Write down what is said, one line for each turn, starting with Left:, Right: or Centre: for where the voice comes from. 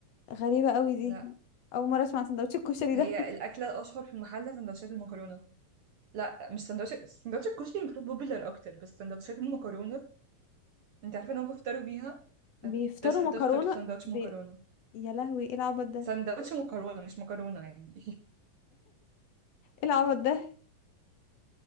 Left: غريبة قوي دي
Right: لا
Left: أول مرة أسمع عن سندوتش الكشري
Right: هي
Left: ده
Right: الأكلة الأشهر في المحلة سندوتشات المكرونة لا مش سندوتشات سندوتش الكشري المفروض بوبيلر أكتر بس سندوتشات المكرونة أنت عارفة إن هم بيفطروا بيها
Left: <laughs> بيفطروا
Right: تصحى تفطر
Left: مكرونة
Right: سندوتش
Left: بي...
Right: مكرونة
Left: يا لهوي ايه العبط ده ايه
Right: سندوتش مكرونة مش مكرونة يعني
Left: العبط ده